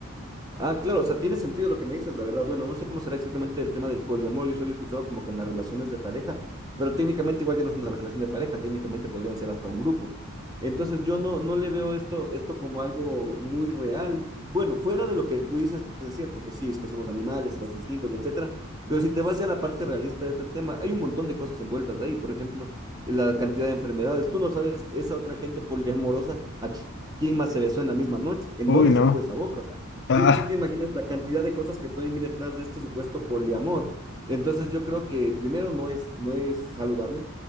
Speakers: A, on the right (about 20°); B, on the left (about 55°).
A: Ah, claro, o sea, tiene sentido lo que me dices, la verdad. Bueno, no sé cómo será exactamente el tema del poliamor. Yo solo he escuchado como que en las relaciones de pareja, pero técnicamente igual ya no es una relación de pareja, técnicamente podrían ser hasta un grupo. Entonces yo no, no le veo esto, esto como algo muy real. Bueno, fuera de lo que tú dices, es cierto que sí, es que somos animales, los instintos, etcétera, pero si te vas ya a la parte realista de este tema, hay un montón de cosas envueltas ahí. Por ejemplo, la cantidad de enfermedades. Tú no sabes esa otra gente poliamorosa a quién más se besó en la misma noche, en
B: Uy,
A: dónde
B: no.
A: estuvo esa boca
B: Ah,
A: Sí, sí te imaginas la cantidad de cosas que pueden ir detrás de este supuesto poliamor. Entonces yo creo que primero no es, no es saludable.